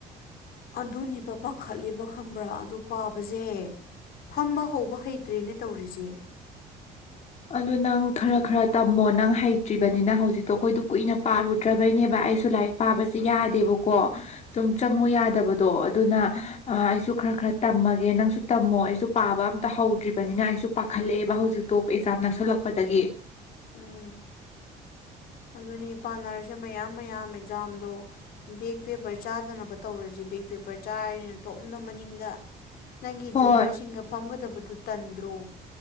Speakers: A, on the left; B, on the left.
A: ꯑꯗꯨꯅꯦꯕ ꯄꯥꯈꯠꯂꯦꯕ ꯈꯪꯕ꯭ꯔꯥ ꯑꯗꯨ ꯄꯥꯕꯖꯦ ꯐꯝꯕ ꯍꯧꯕ ꯍꯩꯇ꯭ꯔꯦꯅ ꯇꯧꯔꯤꯁꯦ꯫
B: ꯑꯗꯨ ꯅꯪ ꯈꯔ ꯈꯔ ꯇꯝꯃꯣ ꯅꯪ ꯍꯩꯇ꯭ꯔꯤꯕꯅꯤꯅ ꯍꯧꯖꯤꯛꯇꯣ ꯑꯩꯈꯣꯏꯗꯣ ꯀꯨꯏꯅ ꯄꯥꯔꯨꯗ꯭ꯔꯕꯩꯅꯦꯕ ꯑꯩꯁꯨ ꯂꯥꯏꯔꯤꯛ ꯄꯥꯕꯁꯦ ꯌꯥꯗꯦꯕꯀꯣ ꯁꯨꯝ ꯆꯪꯉꯨ ꯌꯥꯗꯕꯗꯣ ꯑꯗꯨꯅ ꯑꯩꯁꯨ ꯈꯔ ꯈꯔ ꯇꯝꯃꯒꯦ ꯅꯪꯁꯨ ꯇꯝꯃꯣ ꯑꯩꯁꯨ ꯄꯥꯕ ꯑꯝꯇ ꯍꯧꯗ꯭ꯔꯤꯕꯅꯤꯅ ꯑꯩꯁꯨ ꯄꯥꯈꯠꯂꯛꯑꯦꯕ ꯍꯧꯖꯤꯛ ꯇꯣꯞ ꯑꯦꯛꯖꯥꯝ ꯅꯛꯁꯜꯂꯛꯄꯗꯒꯤ꯫
A: ꯎꯝ ꯑꯗꯨꯅꯦ ꯄꯥꯟꯅꯔꯁꯦ ꯃꯌꯥꯝ ꯃꯌꯥꯝ ꯑꯦꯛꯖꯥꯝꯗꯣ ꯕꯦꯛ ꯄꯦꯄꯔ ꯆꯥꯗꯅꯕ ꯇꯧꯔꯁꯤ ꯕꯦꯛ ꯄꯦꯄꯔ ꯆꯥꯔꯤꯅ ꯇꯣꯝꯅ ꯃꯅꯤꯡꯗ ꯅꯪꯒꯤ
B: ꯍꯣꯏ
A: ꯖꯨꯅꯤꯌꯔꯁꯤꯡꯒ ꯐꯝꯒꯗꯕꯗꯨ ꯇꯟꯗ꯭ꯔꯣ꯫